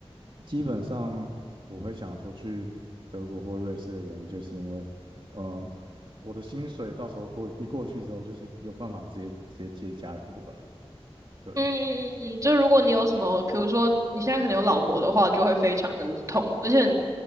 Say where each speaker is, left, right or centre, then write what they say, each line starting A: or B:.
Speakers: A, on the right; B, on the right.
A: 基本上我会想说去德国或瑞士的原因，就是因为，呃，我的薪水到时候过一过去之后，就是有办法直接直接接家人过来。对，
B: 嗯嗯嗯嗯，就如果你有什么，比如说你现在可能有老婆的话，就会非常的无痛。而且